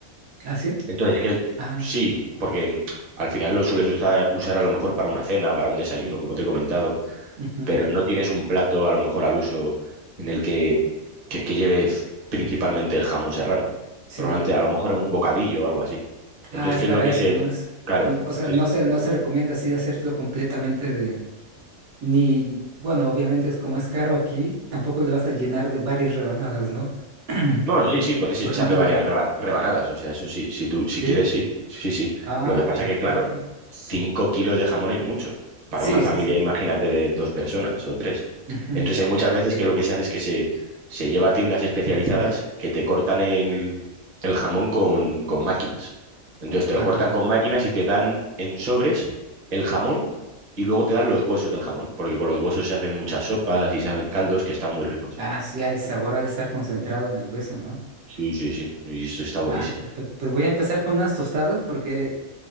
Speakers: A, on the right; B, on the right.
A: ¿Ah, sí?
B: Entonces, que
A: Ah,
B: sí, porque al final lo sueles usar, usar a lo mejor para una cena, para un desayuno, como te he comentado,
A: ujú.
B: pero no tienes un plato a lo mejor al uso en el que, que, que lleve principalmente el jamón serrano.
A: Sí,
B: Normalmente
A: eh,
B: a lo mejor un bocadillo o algo así.
A: Ah,
B: Entonces,
A: es
B: ¿qué
A: para
B: es lo que
A: eso,
B: se...
A: ¿no? Es,
B: Claro,
A: no- o
B: entonces
A: sea, no se, no se recomienda así hacerlo completamente de, ni, bueno, obviamente es como es caro aquí, tampoco le vas a llenar de varias rebanadas, ¿no? <clears throat>
B: No, no, sí, sí, puedes
A: Por
B: echarle
A: ejemplo,
B: varias
A: la-
B: reban- rebanadas, o sea, eso sí, si tú, si
A: sí.
B: quieres, sí, sí, sí.
A: Ah,
B: Lo que pasa
A: perfecto.
B: que, claro, cinco kilos de jamón es mucho. Para
A: Sí,
B: una familia,
A: sí, sí.
B: imagínate, de dos personas o tres.
A: Ujú.
B: Entonces hay muchas veces que lo que se hace es que se, se lleva a tiendas especializadas que te cortan el, el jamón con, con máquinas. Entonces te
A: Ah,
B: lo cortan con máquinas y te dan en sobres el jamón y luego te dan los huesos del jamón, porque con los huesos se hacen muchas sopas y se hacen caldos que están muy ricos.
A: ah, sí, el sabor ha de estar concentrado en el hueso, ¿no?
B: Sí, sí, sí, y eso está buenísimo.
A: Ah, perfecto. Pues voy a empezar con unas tostadas porque